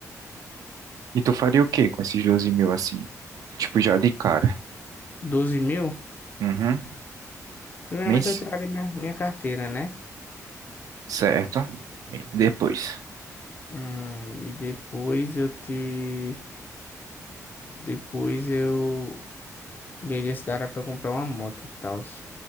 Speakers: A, on the right (about 80°); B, on the left (about 30°).
A: E tu faria o quê com esses 12 mil assim? Tipo, já de cara.
B: doze mil?
A: Uhum.
B: Primeiramente
A: Mês?
B: eu traria minha, minha carteira, né?
A: Certo. E depois?
B: Hum, e depois eu te... Depois eu... Veria se dará pra comprar uma moto e tal.